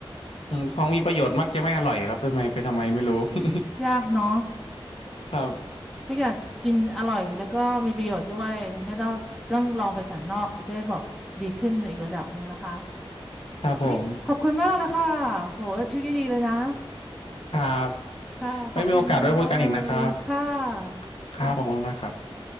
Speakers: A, on the left (about 85°); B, in the centre.
A: อืมของมีประโยชน์มักจะไม่อร่อยครับทำไมเป็นทำไมไม่รู้ <laughs>
B: ยากเนาะ
A: ครับ
B: ก็อยากกินอร่อยแล้วก็มีประโยชน์ด้วยงั้นก็ต้องต้องลองไปสันนอกจะได้แบบดีขึ้นในอีกระดับหนึ่งนะคะ
A: ครับผม
B: นี่ขอบคุณมากเลยค่ะโหชื่อดีๆเลยนะ
A: ครับ
B: ค่ะขอบคุณมากเลยค่ะ
A: ไม่มีโอกาสไว้คุยกันอีกนะครับ
B: ขอบคุณค่ะ
A: ครับขอบคุณมากครับ